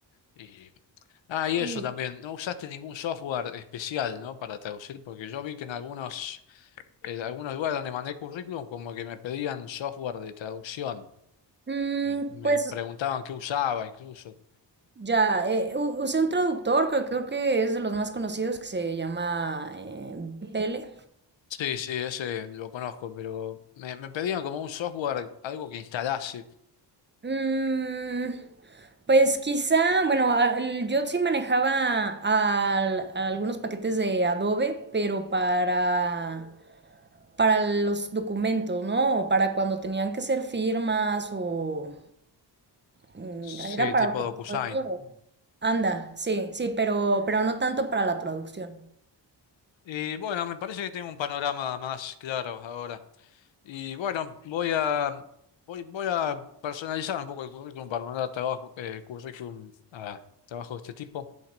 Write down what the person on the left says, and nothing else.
Y, ah, y
eso también, no usaste ningún software especial, ¿no? Para traducir, porque yo vi que en algunos, en algunos lugares donde mandé currículum, como que me pedían software de traducción.
Sí. Me
preguntaban qué usaba incluso.
Sí, sí, ese lo conozco, pero me, me pedían como un software, algo que instalase,
sí,
tipo
DocuSign.
Y bueno, me parece que tengo un panorama más claro ahora. Y bueno, voy a, voy, voy a personalizar un poco el currículum para mandar trabajo, eh, currículum a trabajo de este tipo.